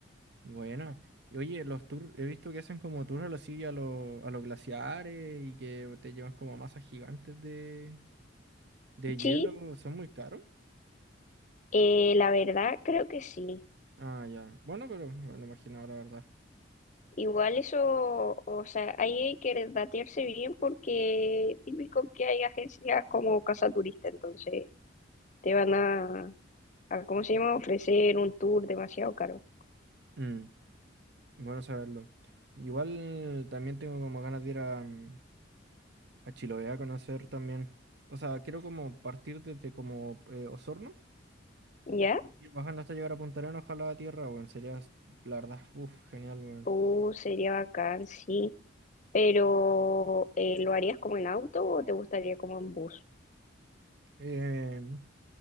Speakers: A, on the right (about 60°); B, on the left (about 40°).
A: Bueno. Y oye, los tours, he visto que hacen como tours a los, sí, a los, a los glaciares y que te llevan como a masas gigantes de, de hielo.
B: Sí,
A: ¿Son muy caros?
B: eh, la verdad creo que sí.
A: Ah, ya. Bueno, pero me lo imaginaba, la verdad.
B: Igual eso, o sea, ahí hay que datearse bien porque típico que hay agencias como Casa Turista, entonces te van a a, ¿cómo se llama? Ofrecer un tour demasiado caro.
A: Mm, bueno saberlo. Igual también tengo como ganas de ir a, mm, A Chile voy a conocer también. O sea, quiero como partir desde como eh, Osorno
B: ¿Ya?
A: y ir bajando hasta llegar a Punta Arenas, ojalá a tierra, weón. Sería, s- la verdad, uff, genial, weón.
B: Uh, sería bacán, sí. Pero, eh, ¿lo harías como en auto o te gustaría como en bus?
A: Eh,